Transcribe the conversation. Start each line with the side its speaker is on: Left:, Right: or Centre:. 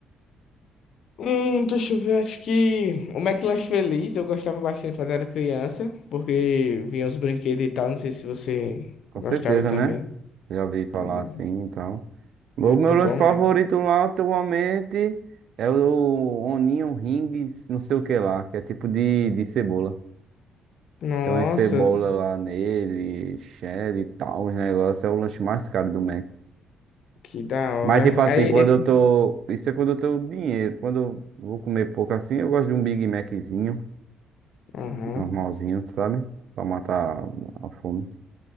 Left: Hum, deixa eu ver, acho que o McLanche Feliz eu gostava bastante quando era criança, porque vinha os brinquedos e tal, não sei se você
Right: Com certeza,
Left: gostava também.
Right: né? Já ouvi falar
Left: É mu-
Right: assim, então... O
Left: Muito
Right: meu lanche
Left: bom
Right: favorito
Left: mesmo.
Right: lá atualmente é o Onion Rings, não sei o que lá, que é tipo de, de cebola.
Left: Nossa,
Right: Tem uma cebola lá nele, cheddar e tal, os negócios. É o lanche mais caro do Mac.
Left: que da hora.
Right: Mas tipo assim,
Left: Aí,
Right: quando eu
Left: e-
Right: tô. Isso é quando eu tenho dinheiro. Quando eu vou comer pouco assim, eu gosto de um Big Maczinho,
Left: aham,
Right: normalzinho, sabe? Pra matar a fome.